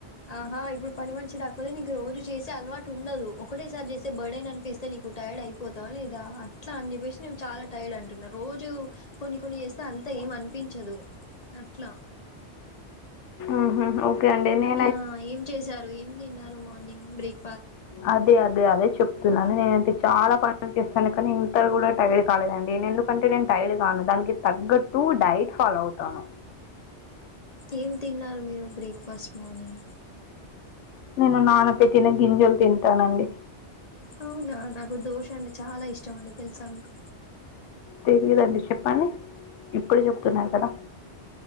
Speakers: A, on the left; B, on the left.
A: ఆహా ఇప్పుడు పని మనిషి రాకపోతే నీకు రోజు చేసే అలవాటు ఉ ఉండదు ఒకటేసారి చేస్తే బర్డేన్ అనిపిస్తే నీకు టైర్డ్ అయిపోతవా లేదా అట్లా అని చెప్పేసి నేను చాలా టైర్డ్ అంటున్నా రోజు కొన్ని కొన్ని చేస్తే అంతా ఏం అనిపించదు అట్లా
B: ఉహు ఓకే అండి నే
A: ఆ ఏం చేశారు ఏం తిన్నారు మార్నింగ్ బ్రేక్
B: అదే అదే అదే చెప్తూ న్నా నేను అయితే చాలా పనులు చేస్తాను కానీ ఇంత కూడా టైర్డ్ కాలేదండీ ఎందుకంటే నేను టైర్డ్ గాను దనికి తగ్గట్టు డైట్ ఫాలో అవుతాను
A: ఏం తిన్నారు మీరు బ్రేక్ఫాస్ట్ మార్నింగ్
B: నేను నాన పెట్టిన గింజలు తింటానండి
A: అవునా నాకు దోష అంటే చాలా ఇష్టం అండి తెలుసా మీకు
B: తెలియదండి చెప్పండి ఇప్పుడు చెబుతున్నారు కదా